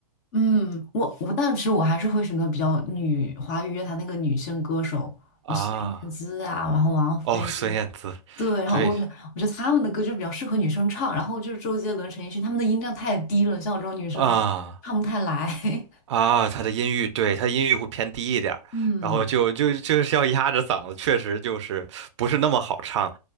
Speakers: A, on the left; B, on the right.
A: 嗯，我我，但是我还是会选择比较女华语乐坛那个女性歌手，
B: <laughs>
A: 呃孙燕姿啊，
B: 啊。
A: 然后王菲，
B: 哦，孙燕姿，
A: 对，然后我觉得我觉得他们的歌就比较适合女生唱，
B: 对
A: 然后就是周杰伦、陈奕迅，他们的音量太低了，像我这种女生就唱不太来。
B: 啊。
A: <laughs>
B: 啊，他的音域，对，他的音域会偏低一点儿，
A: 嗯
B: 然后就就就是要压着嗓子，确实就是不是那么好唱。